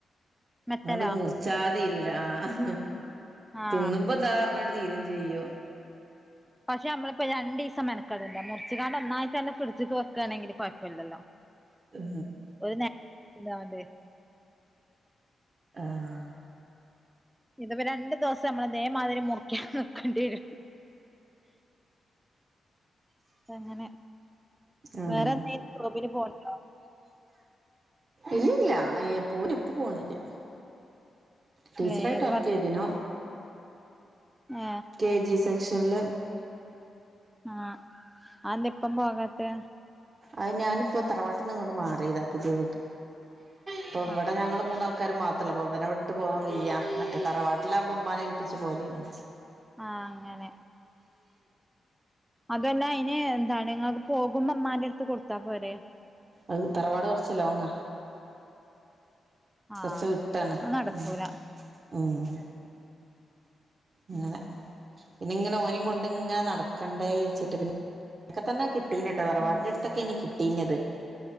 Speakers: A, in the centre; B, on the right.
A: മെത്തലോ
B: അതൊണ്ട് മുറിച്ചാതീരുല ആഹ്
A: ആഹ്
B: തിന്നുമ്പോ ത അട് തീരം ചെയ്യോ
A: പക്ഷെ നമ്മളിപ്പോ ര ദിവസ മെനക്കാടണ്ടണ്ട് മുറിച്ചുകാണ്ട് ഒന്നായിട്ട്ന്നെ ഫ്രിഡ്ജക്ക് വെക്കുണെങ്ക കുഴപ്പല്ലല്ലോ
B: ആ
A: ഒരുണ് <unintelligible>
B: ആ
A: ഇത് രണ്ടു ദിവസം നമ്മള്തേമാതിരി മുറിക്ക നക്കേണ്ടി വരും എങ്ങനെ
B: ആഹ്
A: വേറെ എന്തായും സോബന് പോണ്ടോ
B: ഇല്ലല്ല അ പോന് ഉപ്പ് പോണില്ല ടീച്ചറായിട്ട്
A: ഏത്
B: വർക്ക്യ്തിനോ
A: ആ
B: കെ ജി സെക്ഷനിൽ
A: ആഹഅന്ത ഇപ്പം പോകാത്ത
B: അ ഞാനിപ്പോ തറവാട്ടിൽ നിങ്ങ കൊണ്ട് മാറിയതാ പുതിയ അപ്പോ
A: ആഹ്
B: ഇവിടെ ഞങ്ങൾ മൂന്നാൾക്കാർ മാത്ര അത്ര ബനെ വിട്ട് പോകൻ വയ മറ്റേ തറവാട്ടില ആകുമ്പം മ്മാനെ ഏൽപ്പിച്ച പോലെ ഇനി
A: ആ അങ്ങനെ അതെല്ല അയിന് എന്താണ് നിങ്ങൾക്ക് പോകുമ്പോ മ്മാന്റെ അടുത്ത് കൊടുത്താ പോരെ
B: അത് തറവാട് കുറച്ച ലോങ്ങ
A: ആഹ്
B: കൊച്ച വിട്ടാണ്
A: അത് നടക്കൂല
B: ഉ ഉം ഇങ്ങനെ
A: അങ്ങനെ
B: പിന്നെ ഇങ്ങനെ ഓനും കൊണ്ട ഇങ്ങനെ നടക്കണ്ടേ ഇരിച്ചിട്ട് പിന്നെക്കെ തന്നെ കിട്ടീട്ടോ തറവാടിന്റെ
A: ഉം
B: അടുത്തൊക്കെ ഇനി കിട്ടീന്നത്